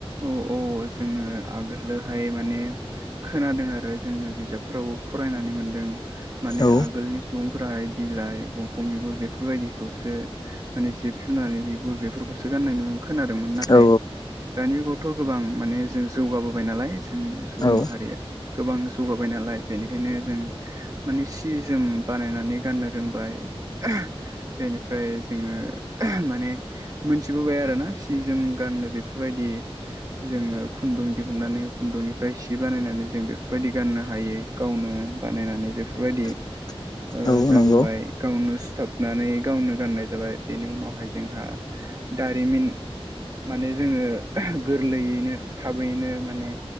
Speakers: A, on the right; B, on the left.
A: औ औ जोङो आगोलोहाय माने खोनादों आरो जोङो बिजाबफोरावबो फरायनानै मोनदों माने
B: औ
A: आगोलनि सुबुं फ्राइ बिलाइ बंफं बिगुर बेफोरबायदिखौसो माने जिब जुनारनि बिगुरफो गुर बेफोरखौसो गाननाय खोनादोंमोन नाथाय
B: औ
A: दानि जुगावथ' गोबां माने जों जौगाबोबाय नालाय जों सुबुं
B: औ
A: माहारिया गोबां जौगाबाय नालाय बेनिखायनो जों माने सि जोम बानायनानै गाननो रोंबाय । बेनिफ्राय जोङो माने मोनथिबोबाय आरोना सि -जोम गाननो बेफोरबायदि जोङो खुन्दुं दिहुननानै खुन्दुंनिफ्राय सि बानायनानै जों बेफोरबायदि गाननो हायो गावनो बानायनानै बेफोरबायदि
B: <inaudible>
A: ओ जाबोबाय
B: नंगौ
A: गावनो सिुथाबनानै गावनो गाननाय जाबाय बेनि उनावहाय जोंहा दारिमिन माने जोङो गोरलैयैनो थाबैनो माने